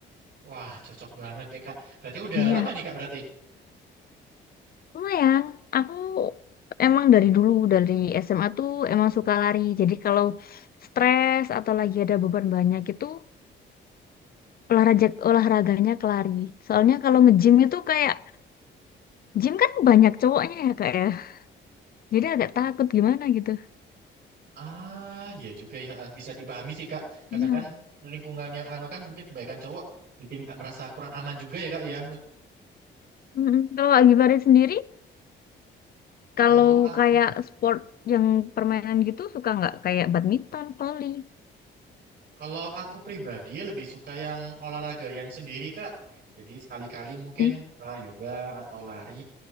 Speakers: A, on the right; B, on the left.
A: Wah, cocok banget nih Kak. Berarti udah
B: Iya.
A: lama nih Kak berarti.
B: lumayan. Aku emang dari dulu, dari SMA tuh emang suka lari. Jadi kalau stres atau lagi ada beban banyak itu olahraga olahraganya ke lari. Soalnya kalau nge-gym itu kayak gym kan banyak cowoknya ya kak ya. Jadi agak takut gimana gitu.
A: Ah, iya juga ya. eh, Bisa dipahami sih Kak. Kadang
B: Iya.
A: kan lingkungan yang anu kan mungkin kebanyakan cowok bikin Kak merasa kurang aman juga ya Kak ya.
B: Mm-mm. Kalau Kak Givari sendiri Kalau
A: Kalau aku
B: kayak sport yang permainan gitu suka nggak? Kayak badminton, volley.
A: Kalau aku pribadi lebih suka yang olahraga yang sendiri, Kak. Jadi sekali-kali mungkin
B: Hmm.
A: ah, yoga atau lari